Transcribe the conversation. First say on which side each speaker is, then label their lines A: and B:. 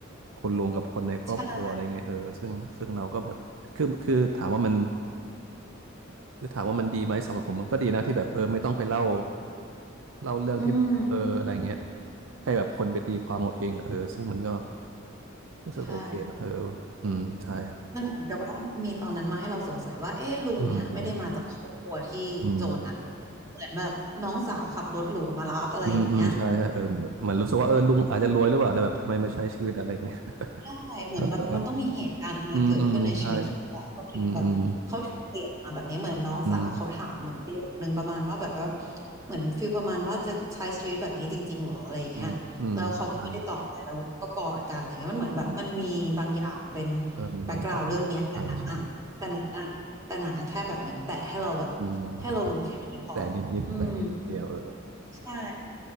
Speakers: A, on the right; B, on the right.
A: คนลุงกับคนในครอบครัวอะไรเงี้ยเออซึ่งซึ่งเราก็แบบคือคือถามว่ามัน
B: ใช่
A: คือถามว่ามันดีไหมสำหรับผมมันก็ดีนะที่แบบเออไม่ต้องไปเล่าเล่าเรื่องที่แบบเอออะไรเงี้ย
B: อืม
A: ให้แบบคนไปตีความเอาเองอะเออซึ่งมันก็รู้สึกโอเคนะเอออืมใช่ครับ
B: ใช่มันเหมือนกับว่ามีตอนนั้นมาให้เราสงสัยว่าเอ๊ะลุงเนี่ยไม่ได้มาจากครอบครัวที่จนอะ
A: อืมอืมอืม
B: เหมือนแบบน้องสาวขับรถหรูมารับอะไรอย่างเงี้ย
A: อืมอืมใช่ใช่เออเหมือนเหมือนรู้สึกว่าเออลุงอาจจะรวยหรือเปล่าแต่แบบทำไมมาใช้ชีวิตอะไรอย่างเงี้ย
B: ใช่เหมือนแบบมันต้องมีเหตุการณ์อะไรเกิดขึ้นในชีวิตเขาอะเขาถึงแบบเขาถึงเปลี่ยนมาแบบนี้เหมือนน้องสาวเขาถามเหมือนประโยคนึงประมาณว่าแบบว่า
A: เอออืมอืมใช่อืมอืมอืม
B: เหมือนฟิลประมาณว่าจะใช้ชีวิตแบบนี้จริงๆหรออะไรเงี้ยแล้วเขาก็ไม่ได้ตอบอะไรแล้วก็กอดกันอะไรเงี้ยมันเหมือนแบบมันมีบางอย่างเป็น
A: อืมอืมใช่อืมเออมีบางอย่างใช่ใช่
B: แบ็กกราวด์เรื่องเนี้ยแต่หนังอะแต่หนังอะแต่หนังอะแค่แบบเหมือนแตะให้เราแบบ
A: อืมใช่
B: ให้เรารู้แค่นี้พอ
A: แต่นิดนิดแต่นิดเดียวเออ
B: อืมใช่